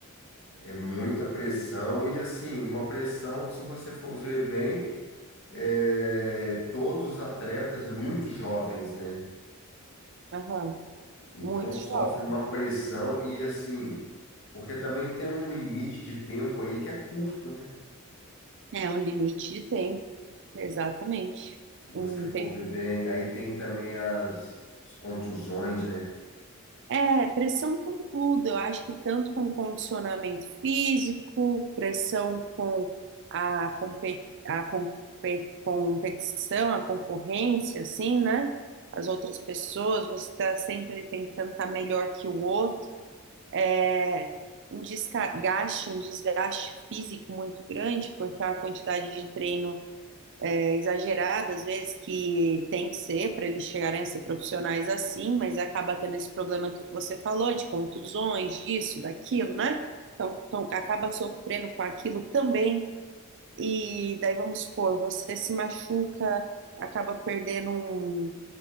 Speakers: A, on the left; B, on the right.
A: É muita pressão e assim, uma pressão que se você for ver bem, é, todos os atletas, né, muito jovens, né?
B: Aham,
A: Então
B: muito
A: sofre
B: jovem.
A: uma pressão e assim, porque também tem um limite de tempo aí que é curto, né?
B: É um limite de tempo, exatamente.
A: Se você
B: Um
A: for
B: tempo
A: ver bem, aí tem também as, as contusões, né?
B: É, pressão com tudo. Eu acho que tanto com condicionamento físico, pressão com a, compe- a compe- competição, a concorrência, assim, né? As outras pessoas, você está sempre tentando estar melhor que o outro. É Um desgaste, um desgaste físico muito grande, porque a quantidade de treino exagerada, às vezes, que tem que ser para eles chegarem a ser profissionais assim, mas acaba tendo esse problema que você falou, de contusões, disso, daquilo, né? Então, então acaba sofrendo com aquilo também. E daí, vamos supor, você se machuca, acaba perdendo um